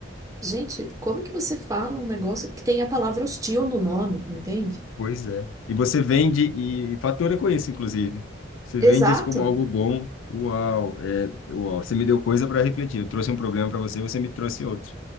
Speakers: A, on the right; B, on the left.
A: Gente, como é que você fala um negócio que tem a palavra hostil no nome, entende?
B: Pois é. E você vende e fatura com isso, inclusive. Você vende
A: Exato.
B: isso como algo bom. Uau, é, uau. Você me deu coisa para refletir. Eu trouxe um problema para você, você me trouxe outro.